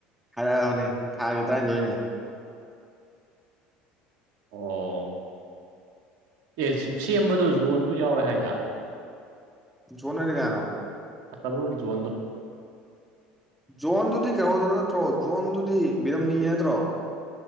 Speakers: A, in the centre; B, on the right (about 75°).
A: ꯍꯥꯏꯔꯛꯑꯕꯅꯦ ꯊꯥꯒꯤ ꯇꯔꯥꯅꯤꯊꯣꯏꯅꯦ
B: ꯑꯣ ꯑꯦ ꯁꯦꯝꯕꯗꯣ ꯖꯣꯟꯁꯨ ꯌꯥꯎꯋꯦ ꯍꯥꯏꯗ
A: ꯖꯣꯟꯅꯗꯤ ꯀꯥꯟꯅꯣ
B: ꯑꯁꯕꯨꯔꯒꯗꯨꯨꯣꯟꯣ
A: ꯖꯣꯟꯗꯨꯗꯤ ꯀꯩꯍꯧꯗꯅ ꯅꯠꯇ꯭ꯔꯣ ꯖꯣꯟꯗꯨꯗꯤ ꯕꯤꯔꯝꯅꯤꯒꯤ ꯅꯠꯇ꯭ꯔꯣ